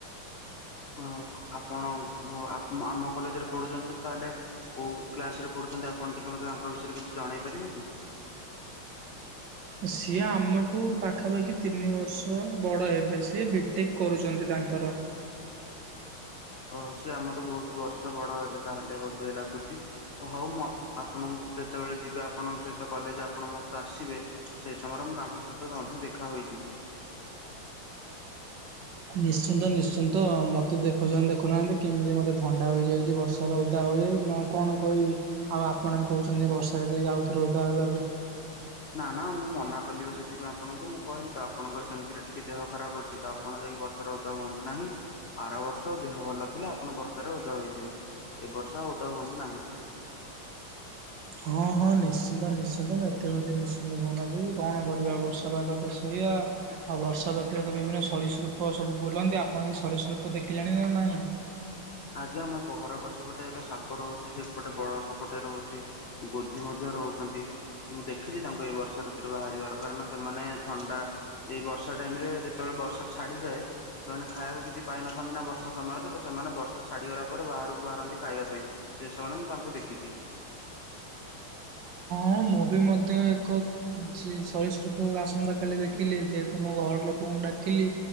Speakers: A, on the left; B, on the right.
A: ହଁ ଆପଣ ଆମ କଲେଜରେ ପଢୁଛନ୍ତି ତାହେଲେ କୋଉ କ୍ଲାସ ରେ ପଢୁଛନ୍ତି ଆପଣ ଟିକେ ମତେ ତାଙ୍କ ବିଷୟରେ କିଛି ଜଣେଇ ପାରିବେ କି?
B: ସିଏ ଆମଠୁ ପାଖାପାଖି ତିନି ବର୍ଷ ସ ବଡ଼ ହେବେ ସିଏ ବିଟିକ କରୁଛନ୍ତି ତାଙ୍କର।
A: ଓ ସିଏ ଆମଠୁ ବହୁତ ବର୍ଷ ବଡ ହେବେ ତାହେଲେ ବୋଧୁଏ ଲାଗୁଛି ହଉ ମ ଆପଣଙ୍କୁ ଯେତେବେଳେ ଯିବେ ଆପଣଙ୍କ ସହିତ କଲେଜ ଆପଣ ମୋ ସହିତ ଆସିବେ ସେ ସମୟରେ ମୁଁ ତାଙ୍କ ସହି ତ ମଧ୍ୟ ଦେଖା ହୋଇଯିବି।
B: ନିଶ୍ଚିନ୍ତ ନିଶ୍ଚିନ୍ତ ମତେ ଦେଖୁ ଚନ୍ତି ଦେଖୁନାହାନ୍ତି କେମିତି ମତେ ଥଣ୍ଡା ହୋଇଯାଇଛି ବର୍ଷ ବର୍ଷାରେ ଓଦା ହୁଏ, ମୁଁ ଆଉ କଣ କହିବି ଆଉ ଆପଣ ବି କହୁଛନ୍ତି ବର୍ଷାରେ ଯାଇକି ଆଉ ଥରେ ଓଦା ହେବାକୁ।
A: ନା ନା ମୁଁ ମନା କଲିିବା ସେଥିପାଇଁ ଆପଣଙ୍କୁ ମୁଁ କହିଲି ତ ଆପଣଙ୍କର ସେମତିରେ ଟିକେ ଦେହ ଖରାପ ଅଛି। ତ ଆପଣ ଯାଇକି ବର୍ଷାରେ ଓଦା ହୁଅନ୍ତୁ ନାହିଁ ଆର ବର୍ଷ ଦେହ ଭଲ ଥିଲେ ଆପଣ ବର୍ଷାରେ ଓଦା ହୋଇଯିବେ। ଏ ବର୍ଷ ଓଦା ହୁଅନ୍ତୁ ନାହିଁ।
B: ହଁ ହଁ ନିଶ୍ଚିନ୍ତ ନିଶ୍ଚିନ୍ତ ମୁଁ ଏଥିପ୍ରତି ନିଶ୍ଚିନ୍ତ ଧ୍ୟାନ ଦେବି କଣ କରିବା ବର୍ଷ ବର୍ଷା ପାଗ ତ ଶୋଇଆ ଆଉ ବର୍ଷା ବାକରେ ବିଭିନ୍ନ ସରିସୃପ ସବୁ ବୁଲନ୍ତି। ଆପଣ କିଛି ସରୀସୃପ ଦେଖିଲେଣି ନା ନାଇଁ?
A: ଆଜ୍ଞା ଆମ ପ ଘର ପଛପଟେ ଏକ ସାପ ରହୁଛି ସେପଟେ ବଡ ସାପଟେ ରହୁଛି। ଗୋଧି ମଧ୍ୟ ରହୁଛନ୍ତି। ମୁଁ ଦେଖିଛି ତାଙ୍କୁ ଏଇ ବର୍ଷା ଋତୁରେ ବାହାରିବାର କାରଣ ସେମାନେ ଥଣ୍ଡା ଏ ବର୍ଷା ଟାଇମ ରେ ଯେତେବେଳେ ବର୍ଷା ଛାଡିଯାଏ ସେମାନେ ଖାଇବାକୁ କିଛି ପାଇନଥାନ୍ତି ନା ବର୍ଷା ସମୟରେ ତ ସେମାନେ ବର୍ଷା ଛାଡିଗଲା ପରେ ବାହାରକୁ ବାହାରନ୍ତି ଖାଇବା ପାଇଁ ସେ ସମୟରେ ମୁଁ ତାଙ୍କୁ ଦେଖିଚି।
B: ହଁ ମୁ ବି ମଧ୍ୟ ଏକ ଯେ ସରିସୃପ ଆସନ୍ତା କାଲି ଦେଖିଲି ଯେ ତୁମ ଘର ଲୋକଙ୍କୁ ଡାକିଲି